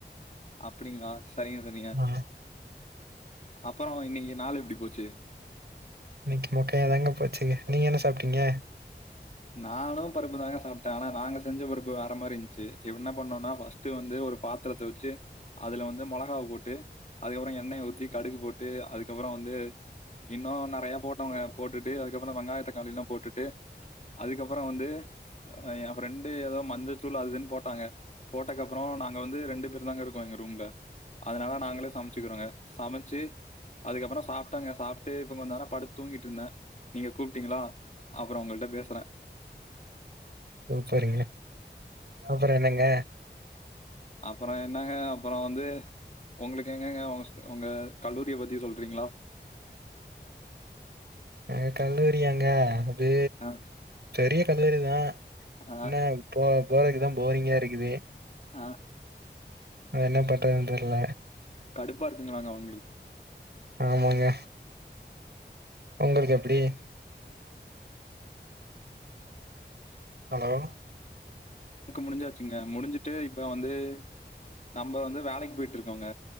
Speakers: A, on the left (about 40°); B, on the right (about 65°).
A: அப்டிங்ளா சரிங்க சரிங்க
B: ஆ
A: அப்பறோ இன்னிக்கி நாளு எப்டி போச்சி
B: இன்னிக்கி மொக்கையா தாங்க போச்சி நீங்க என்ன சாப்டீங்க
A: நானு பருப்பு தாங்க சாப்டே நாங்க செஞ்ச பருப்பு வேற மாரிஞ்சி என்ன பண்ணோம்னா ஃபஸ்ட் வந்து ஒரு பாத்திரத்த வெச்சி வந்து மெளகாவ போட்டு அதுகப்றோ எண்ணய ஊத்தி கடுகு போட்டு அதுகப்றம் வந்து இன்னும நெறய போட்டோங்க போட்டுட்டு அதுக்கப்றம் வெங்காய தக்காளில்லா போட்டுட்டு அதுக்கப்றம் வந்து என் ஃப்ரெண்டு ஏதோ மஞ்சத்தூள் அது இதுன்னு போட்டாங்க போட்டக்கப்றம் நாங்க நா வந்து ரெண்டு பேரு தாங்க இருக்கோ எங்க ரூம்ல அதனால நாங்களே சமச்சுக்கிறோங்க சமச்சி அதுக்கப்றம் சாப்ட்டங்க சாப்ட்டு இப்ப கொஞ்ச நேரோ படுத் தூங்கிட்ருந்தேன் நீங்க கூப்ட்டீங்களா அப்றம் உங்கள்ட்ட பேசுறேன்
B: சூப்பருங்க அப்புறோ என்னங்க
A: அப்புறோ என்னங்க அப்புறோ வந்து உங்களுக்கு எங்கங்க உங்க கல்லூரிய பத்தி சொல்றீங்ளா
B: அ கல்லூரியாங்க அது
A: அ,
B: பெரிய கல்லூரிங்க
A: அ,
B: இன்ன இப்போ போறக்குதா போரிங்கா இருக்குது
A: ஆ
B: அதா என்ன பண்றதுன் தெர்ல
A: கடுப்பா இருக்குங்ளாங்க அவுங்ளுக்
B: ஆமாங்க உங்குளுக் எப்டி ஹலோ
A: க்கு முடிஞ்சாச்சுங்க முடிஞ்சுட்டு இப்ப வந்து நம்ப வந்து வேலைக் போயிட்ருக்கங்க